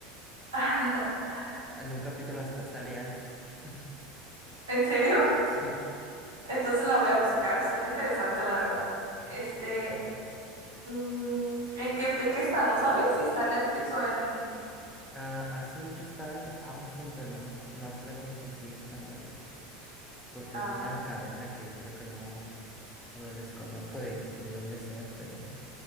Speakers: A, on the right (about 80°); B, in the centre.
A: <laughs>
B: Ah, En un capítulo hasta sale Alf. <laughs>
A: ¿En serio?
B: Sí.
A: Entonces la voy a buscar. Suena interesante, la verdad. Este, mm, ¿en qué, en qué está? ¿No sabes si está en Netflix o en...
B: Ah, hace mucho estaba en Amazon, pero no me acu- no recuerdo si sigue estando ahí. Porque
A: Ah,
B: es de una cadena que creo que no, bueno, desconozco de, de dónde sea, pero...